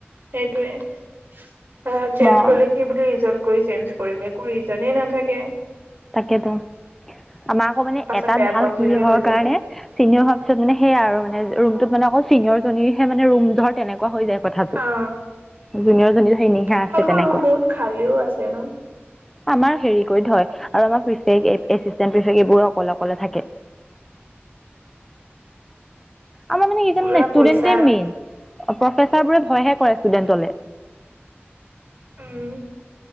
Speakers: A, on the right; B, in the centre.
A: সেইটোয়ে চেঞ্জ
B: মই
A: কৰিলে কি' বুলি ৰিজন- একো ৰিজনে নাথাকে।
B: তাকেতো। আমাৰ আকৌ মানে,
A: পাছত
B: এটাত
A: বেয়া
B: ভাল
A: পোৱা পুইহে
B: কিহৰ
A: হৈ যাব
B: কাৰণে
A: অ
B: চিনিয়ৰ হোৱাৰ পিছত মানে, সেইয়াই আৰু মানে- ৰুমটোত মানে, অকল চিনিয়ৰজনী'হে মানে ৰুম, ধৰ তেনেকুৱা হৈ যায়। কথাটো
A: অ
B: জুনিয়ৰ জনী সেই নিশা
A: তোমালোকৰ
B: আছে তেনেকুৱা
A: ৰুম বহুত খালীও আছে ন
B: আমাৰ হেৰি কৰি থয়। আৰু আমাৰ ফিস্কচাৰি এচিষ্টেণ্টটো বৰ অকলে অকলে থাকে, আমাৰ মানে কিছুমান
A: পুৰা
B: ষ্টুডেটেই
A: পইচা
B: মেইন। প্ৰফেচাৰবোৰে ভয়হে কৰে ষ্টুডেন্টলে
A: উম!